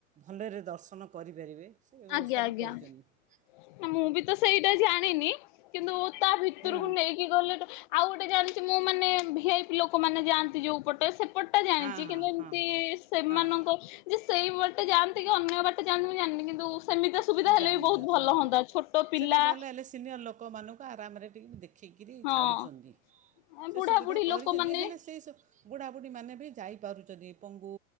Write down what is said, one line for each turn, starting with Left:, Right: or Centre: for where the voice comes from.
Right: ଭଲରେ ଦର୍ଶନ କରିପାରିବେ। ସେ ବ୍ୟବସ୍ଥା
Left: ଆଜ୍ଞା
Right: ବି
Left: ଆଜ୍ଞା
Right: କରିଚନ୍ତି।
Left: ମୁଁ ବି ତ ସେଇଟା ଜାଣିନି କିନ୍ତୁ ତା ଭିତରକୁ
Right: ହଁ
Left: ନେଇକି ଗଲାଠୁ ଆଉ ଗୋଟେ ଜାଣିଚି ମୁଁ ମାନେ ଭିଆଇପି ଲୋକମାନେ ଯାଆନ୍ତି ଯୋଉ ପଟେ ସେ ପଟଟା ଜାଣିଚି
Right: ହଁ ହଁ
Left: କିନ୍ତୁ ଏମିତି
Right: ହଁ
Left: ସେମାନଙ୍କ
Right: ହଁ
Left: ଯେ ସେଇ ବାଟେ ଯାଆନ୍ତି କି ଅନ୍ୟ ବାଟେ ଯାନ୍ତିକି ମୁଁ ଜାଣିନି କିନ୍ତୁ ସେମିତି ସୁବିଧା ହେଲେ
Right: ଜାଣିନାହାନ୍ତି
Left: ବି ବହୁତ ଭଲ
Right: ହଁ
Left: ହୁଅନ୍ତା
Right: ହଁ
Left: ଛୋଟ ପିଲା
Right: ସେଇଟା ଭଲ ହେଲେ ସିନିୟର ଲୋକମାନଙ୍କୁ ଆରାମରେ ଟିକେ ଦେଖ୍ ଦେଖିକିରି
Left: ହଁ
Right: ଛାଡ଼ୁଚନ୍ତି ସେ
Left: ବୁଢା
Right: ସୁବିଧା
Left: ବୁଢୀ
Right: କରିଚନ୍ତି
Left: ଲୋକମାନେ
Right: ହେଲେ ସେଇ ସବୁ ବୁଢ଼ାବୁଢ଼ୀମାନେ ବି ଯାଇପାରୁଚନ୍ତି ପଙ୍ଗୁ